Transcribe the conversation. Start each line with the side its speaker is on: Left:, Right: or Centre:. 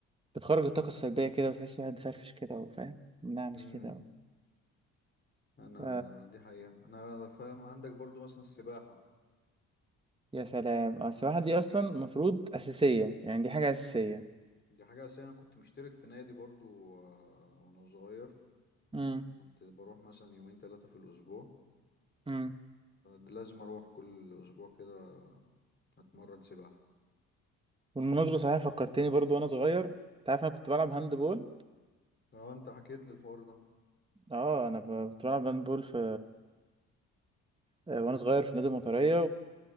Right: بتخرج الطاقة السلبية كده وتحس الواحد فرفش كده وفاهم منعنش
Left: امم
Right: كده و...
Left: انا
Right: ف...
Left: دي حقيقة انا فاهم عندك برضو مثلا السباحة
Right: يا سلام آه، السباحة دي أصلا المفروض أساسية يعني دي حاجة أساسية
Left: دي حاجة أساسية أنا كنت مشترك في نادي برضو آه، وأنا صغير
Right: امم
Left: كنت بروح مثلا يومين ثلاثة في الأسبوع
Right: امم
Left: ولازم أروح كل أسبوع كده أتمرن سباحة
Right: بالمناسبة صحيح فكرتني برضو وأنا صغير أنت عارف أنا كنت بلعب هاند بول
Left: اه أنت حكيت لي الحوار ده
Right: اه انا ب- كنت بلعب هاند بول في آه، وانا صغير في نادي المطريه